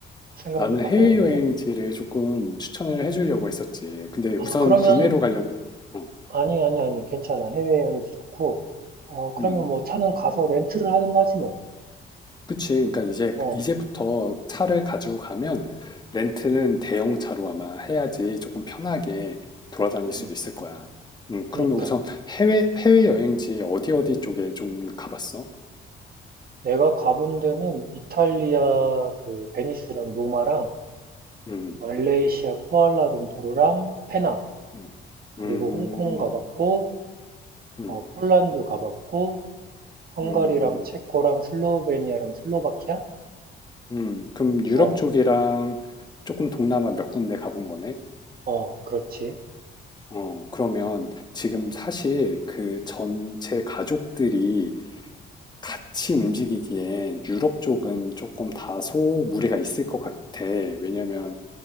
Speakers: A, on the right (about 50°); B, on the left (about 20°).
A: 생각을
B: 나는
A: 좀 바꿔야겠네.
B: 해외여행지를 조금 추천을 해주려고 했었지. 근데
A: 아,
B: 우선
A: 그러면,
B: 국내로 가려고. 어,
A: 아니, 아니, 아니, 괜찮아. 해외여행지 좋고. 어, 그러면
B: 음.
A: 뭐 차는 가서 렌트를 하든가 하지 뭐.
B: 그치. 그러니까 이제
A: 어,
B: 그, 이제부터 차를 가지고 가면 렌트는 대형차로 아마 해야지 조금 편하게 돌아다닐
A: 음,
B: 수 있을 거야. 음,
A: 그니까.
B: 그러면 우선 해외 해외 여행지 어디 어디 쪽에 좀 가봤어?
A: 내가 가본 데는 이탈리아 그 베니스랑 로마랑
B: 음,
A: 말레이시아 쿠알라룸푸르랑 페낭.
B: 음,
A: 그리고
B: 음,
A: 홍콩 가봤고,
B: 음,
A: 어, 폴란드 가봤고, 헝가리랑
B: 음,
A: 체코랑 슬로베니아랑 슬로바키아?
B: 음. 그럼 유럽
A: 어,
B: 쪽이랑 조금 동남아 몇 군데 가본 거네?
A: 어, 그렇지.
B: 어, 그러면 지금 사실 그 전체 가족들이 같이 움직이기에 유럽 쪽은 조금 다소 무리가 있을 것 같아. 왜냐면